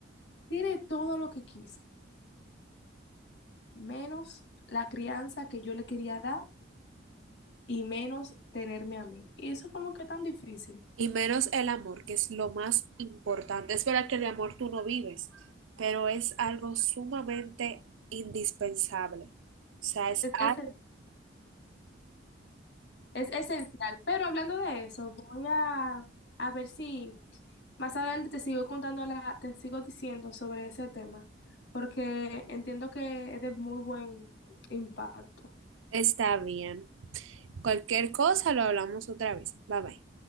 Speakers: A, on the left; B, on the right.
A: Tiene todo lo que quiso, menos la crianza que yo le quería dar y menos tenerme a mí. Y eso como que tan difícil.
B: Y menos el amor, que es lo más importante. Es verdad que el amor tú no vives, pero es algo sumamente indispensable. O sea, es
A: Es,
B: algo-
A: es, es esencial. Pero hablando de eso, voy a, a ver si más adelante te sigo contando, la, te sigo diciendo sobre ese tema, porque entiendo que es de muy buen impacto.
B: está bien. Cualquier cosa lo hablamos otra vez. Bye bye.